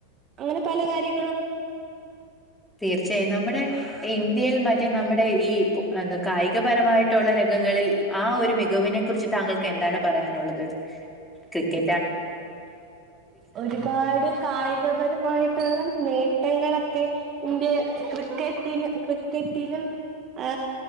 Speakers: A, on the right; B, in the centre.
A: അങ്ങനെ പല കാര്യ
B: തീർച്ച്യായും, നമ്മുടെ ഇന്ത്യയിൽ മ മറ്റേ നമ്മടെ ഈ പൊ എന്ത് കായികപരമായിട്ടുള്ള രഗങ്ങളിൽ ആ ഒരു മികവിനെ കുറിച്ച് താങ്കൾക്ക് എന്താ ന്താണ് പറയാനുള്ളത്. ക്രിക്ക
A: ഒരുപാട് കായികപരമായിട്ടുള്ള നേ ട്ടങ്ങളൊക്കെ ഇന്ത്യ ക്രിക്കറ്റിലും ക്രിക്കറ്റിലും ആ